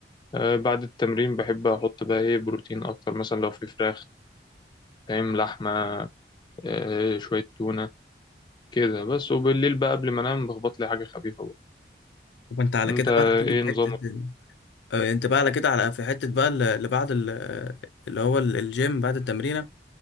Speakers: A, on the left; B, on the left.
A: آه، بعد التمرين بحب احط بقى ايه بروتين اكتر مثلا لو في فراخ فاهم لحمة آه، شوية تونة كده بس وبالليل بقى قبل ما انام بخبط لي حاجة خفيفة بقى
B: وانت على
A: انت
B: كده بقى هتيجي
A: ايه
B: في
A: نظامك
B: حته آه، انت بقى على كده على في حتة بقى ال- اللي بعد ال- اللي هو ال- الجيم بعد التمرينة